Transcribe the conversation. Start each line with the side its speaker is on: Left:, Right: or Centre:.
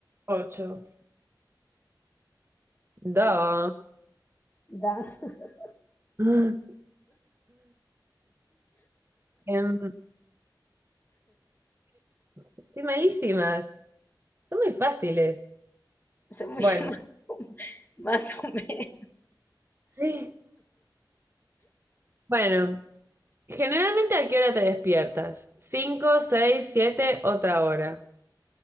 Right: Ocho. Dos.
Left: Da. <laughs>
Right: <laughs> Em, estoy malísimas. Son muy fáciles.
Left: se me-
Right: Bueno,
Left: <laughs> Más o menos.
Right: sí. Bueno, generalmente ¿a qué hora te despiertas? ¿Cinco, seis, siete, otra hora?